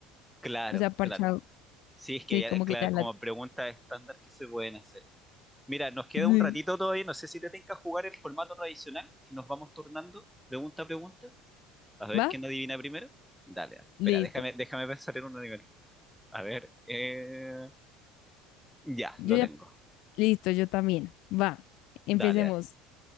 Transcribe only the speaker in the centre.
claro,
claro. Sí, es que
ya,
claro,
como pregunta estándar que se pueden hacer. Mira, nos queda
un ratito todavía, no sé si te tenga jugar el formato tradicional y nos vamos turnando pregunta a pregunta, a ver
quién adivina primero. Dale, dale. Espera,
déjame, déjame pensar en un nivel primero. A ver, eh, ya,
lo
tengo.
Dale, dale.